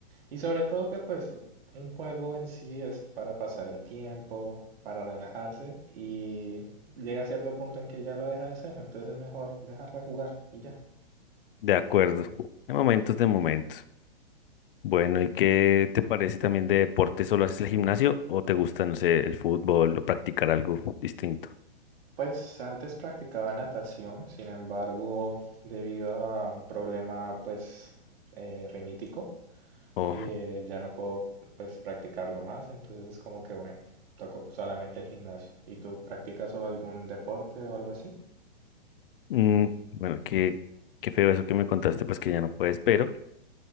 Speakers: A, on the right (about 65°); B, on the left (about 55°).
A: Y sobre todo que pues un juego en sí es para pasar el tiempo, para relajarse y llega a cierto punto en que ya lo deja de ser, entonces es mejor dejar de jugar y ya.
B: de acuerdo. De momentos, de momentos. Bueno, ¿y qué te parece también de deporte? ¿Solo haces el gimnasio o te gusta, no sé, el fútbol o practicar algo distinto?
A: Pues antes practicaba natación, sin embargo, debido a un problema pues eh, rinítico,
B: O,
A: eh, ya no puedo pues practicarlo más, entonces es como que bueno, toco solamente el gimnasio. ¿Y tú practicas o algún deporte o algo así?
B: mm, bueno, qué, qué feo eso que me contaste, pues que ya no puedes, pero.